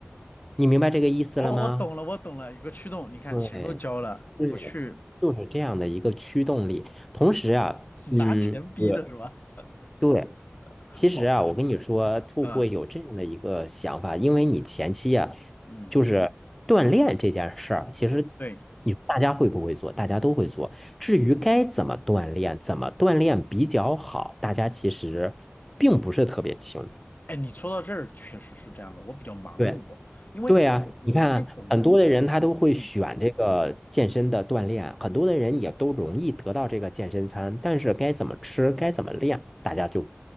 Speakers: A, in the centre; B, on the left.
A: 你明白这个意思了吗？
B: 哦，我懂了，我懂了，有个驱动，你看钱都交了，
A: 对对，
B: 不去
A: 就是这样的一个驱动力。同时啊，嗯，
B: 拿钱逼着是吧？
A: 对对，
B: <laughs>
A: 其实啊，
B: 好，
A: 我跟你说，兔会有这样的一个想法，
B: 嗯
A: 因为你前期啊，
B: 嗯，
A: 就是锻炼这件事儿，其实
B: 对。
A: 你大家会不会做，大家都会做。至于该怎么锻炼，怎么锻炼比较好，大家其实并不是特别清楚。
B: 哎，你说到这儿确实是这样的，我比较盲目啊因为我我不太懂，
A: 对对啊，你看很多的人他都会选这个健身的锻炼，
B: 嗯，
A: 很多的人也都容易得到这个健身餐，但是该怎么吃，该怎么练，大家就